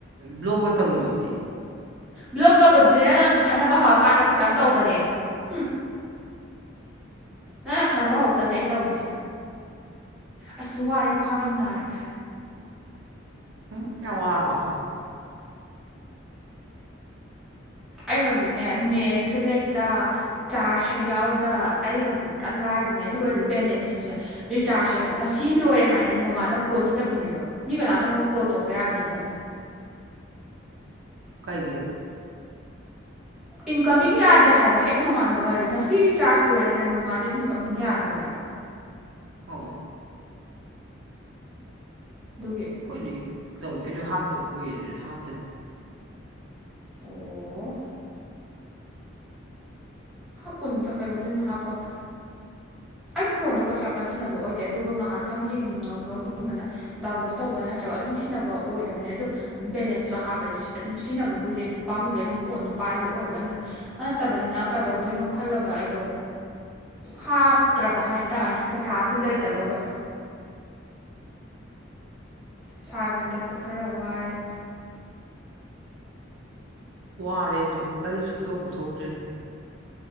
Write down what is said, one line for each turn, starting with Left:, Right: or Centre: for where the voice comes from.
Right: ꯕ꯭ꯂꯣꯛꯀ ꯇꯧꯔꯤꯁꯤꯗꯤ
Centre: ꯕ꯭ꯂꯣꯛ ꯇꯧꯕꯗꯨꯗ ꯈꯟꯅꯕ ꯍꯧꯔꯀꯥꯟꯗ ꯈꯇꯪ ꯇꯧꯕꯅꯦ ꯎꯝ ꯅꯪꯅ ꯈꯟꯅꯕ ꯍꯧꯔꯛꯇꯗꯤ ꯑꯩ ꯇꯧꯗꯦ ꯑꯁꯁꯨ ꯋꯥꯔꯦ ꯈ꯭ꯋꯥꯡ ꯌꯥꯝ ꯅꯥꯔꯦ
Right: ꯎꯝ ꯌꯦꯋꯥꯔꯔꯕ
Centre: ꯑꯩ ꯍꯧꯖꯤꯛꯅꯦ ꯅꯦꯠꯁꯨ ꯂꯩꯇ ꯆꯥꯔꯖꯁꯨ ꯌꯥꯎꯗ ꯑꯩ ꯍꯧꯖꯤꯛ ꯄꯨꯔꯥ ꯂꯥꯏꯔꯤꯕꯅꯦ ꯑꯗꯨꯒ ꯑꯣꯏ ꯕꯦꯂꯦꯟꯁꯁꯤꯅ ꯔꯤꯆꯥꯔꯖꯁꯦ ꯉꯁꯤ ꯂꯣꯏꯔꯦ ꯍꯥꯏꯅ ꯅꯣꯡꯉꯥꯜꯂꯒ ꯀꯣꯜ ꯆꯠꯇꯕꯤꯅꯦꯕ ꯃꯤ ꯀꯅꯥꯝꯃꯉꯣ ꯀꯣꯜ ꯇꯧꯛꯄ ꯌꯥꯗ꯭ꯔꯤꯕꯅ
Right: ꯀꯩꯒꯤ
Centre: ꯏꯟꯀꯃꯤꯡ ꯌꯥꯗꯦ ꯍꯥꯏꯕ ꯍꯦꯛ ꯅꯣꯡꯉꯥꯟꯕꯒ ꯉꯁꯤ ꯔꯤꯆꯥꯔꯖ ꯂꯣꯏꯔꯦꯅ ꯅꯣꯡꯉꯥꯜꯂꯦ ꯏꯟꯀꯃꯤꯡ ꯌꯥꯗꯦꯕ
Right: ꯍ
Centre: ꯑꯗꯨꯒꯤ
Right: ꯑꯩꯈꯣꯏꯗꯤꯛ ꯇꯧꯗꯦ ꯑꯩꯁꯨ ꯍꯥꯞꯇꯕ ꯀꯨꯏ ꯑꯗꯨꯁꯨ ꯍꯥꯞꯇꯅꯤ
Centre: ꯑꯣ ꯍꯥꯞꯄꯅꯤꯗ ꯀꯩꯗꯧꯗꯣꯏꯅꯣ ꯍꯥꯞꯄꯒ ꯑꯩ ꯐꯣꯟꯗꯣ ꯀꯩꯁꯨ ꯌꯥꯝ ꯀꯠꯁꯤꯟꯅꯕ ꯑꯣꯏꯗꯦ ꯑꯗꯨꯒ ꯉꯥꯏꯍꯥꯛ ꯆꯪ ꯌꯦꯡꯅꯤꯡꯉꯒꯒꯨꯝꯕꯅ ꯗꯥꯎꯟꯂꯣꯗ ꯇꯧꯕ ꯅꯠꯇ꯭ꯔꯒ ꯑꯗꯨꯝ ꯁꯤꯖꯤꯟꯅꯕ ꯑꯣꯏꯗꯕꯅꯤ ꯑꯗꯣ ꯕꯦꯂꯦꯟꯁꯇꯣ ꯍꯥꯞꯄꯗꯤ ꯑꯗꯨꯝ ꯁꯤꯖꯤꯟꯅꯕꯕꯨꯗꯤ ꯑꯗꯨꯝ ꯄꯥꯝꯃꯨꯕꯩ ꯑꯗꯨꯝ ꯐꯣꯟꯗꯣ ꯄꯥꯏꯕ ꯑꯣꯏꯕ ꯑꯗꯨꯅ ꯅꯠꯇꯕꯅꯤꯅ ꯀꯗꯧꯗꯣꯏꯅꯣ ꯈꯜꯂꯒ ꯑꯩꯗꯣ ꯍꯥ ꯐꯠꯇ꯭ꯔꯕ ꯍꯥꯏꯇꯥꯔꯦ ꯄꯩꯁꯥꯁꯨ ꯂꯩꯇꯕꯒ ꯏꯁꯥꯁꯦ ꯍꯟꯗꯛꯁꯦ ꯈꯔ ꯋꯥꯔꯅꯤ
Right: ꯋꯥꯔꯦ ꯑꯩꯁꯨ ꯑꯩ ꯁꯨꯊꯣꯛꯄ ꯊꯣꯛꯇ꯭ꯔꯤꯅꯤ